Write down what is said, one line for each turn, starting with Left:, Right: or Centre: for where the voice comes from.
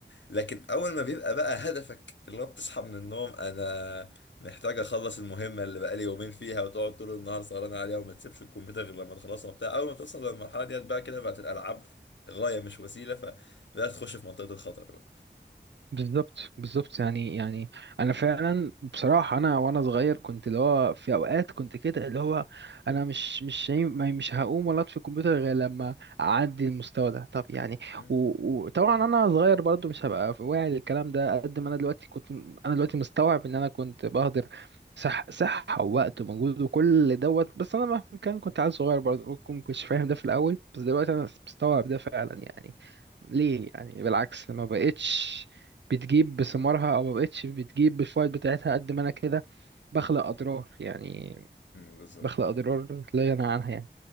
Left: لكن اول ما بيبقى بقى هدفك اللي هو بتصحى من النوم انا محتاج اخلص المهمه اللي بقالي يومين فيها وتقعد طول النهار سهران عليها وما تسيبش الكمبيوتر غير لما تخلصها وبتاع اول ما توصل للمرحله ديت بقى كده بقت الالعاب غايه مش وسيله فبدات تخش في منطقه الخطر بقى
Right: بالظبط بالظبط يعني يعني انا فعلا بصراحه انا وانا صغير كنت اللي هو في اوقات كنت كده اللي هو انا مش مش شايف- ما- مش هقوم ولا اطفي الكمبيوتر غير لما اعدي المستوى ده طب يعني
Left: مم.
Right: و- وطبعا انا صغير برضو مش هبقى واعي للكلام ده قد ما انا دلوقتي كنت انا دلوقتي مستوعب ان انا كنت بهدر صح صحه ووقت ومجهود وكل دوت بس انا مهما كان كنت عيل صغير برضو ممكن ما كنتش فاهم ده في الاول بس دلوقتي انا مستوعب ده فعلا يعني ليه يعني بالعكس ما بقتش بتجيب بثمارها او ما بقتش بتجيب بالفوائد بتاعتها قد ما انا كده بخلق اضرار يعني
Left: مم، بالظبط
Right: بخلق اضرار لا ينهى عنها يعني